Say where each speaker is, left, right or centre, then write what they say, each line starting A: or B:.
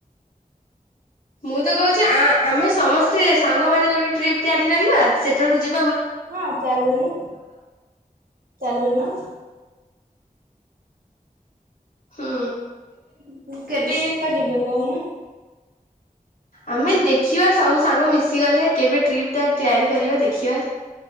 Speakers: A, on the left (about 80°); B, on the right (about 75°).
A: ମୁଁ ତ କହୁଛି ଆଁ ଆମେ ସମସ୍ତେ ସାଙ୍ଗମାନେ ଗୋଟେ ଟ୍ରିପ୍ ତିଆରି କରିବା ସେଠାକୁ ଯି
B: ହଁ ଚାଲୁନ, ଚାଲୁନ।
A: ହୁଁ
B: <inaudible> କେବେ ଇଏ କରିବେ କହୁନ?
A: ଆମେ ଦେଖିବା ସବୁ ସାଙ୍ଗ ମିଶିଗଲେ କେବେ ଟ୍ରିପଟା ତିଆରି କରିବା ଦେଖିବା।